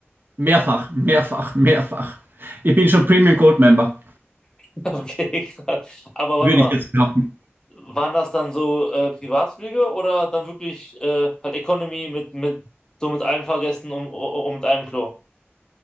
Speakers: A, on the right (about 50°); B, on the left (about 15°).
A: Mehrfach, mehrfach, mehrfach. Ich bin schon Premium Gold Member,
B: <laughs> Okay, krass. Aber warte
A: würde
B: mal,
A: ich jetzt behaupten.
B: waren das dann so äh, Privatflüge oder dann wirklich äh, halt Economy mit, mit so mit allen Fahrgästen und, und mit einem Klo?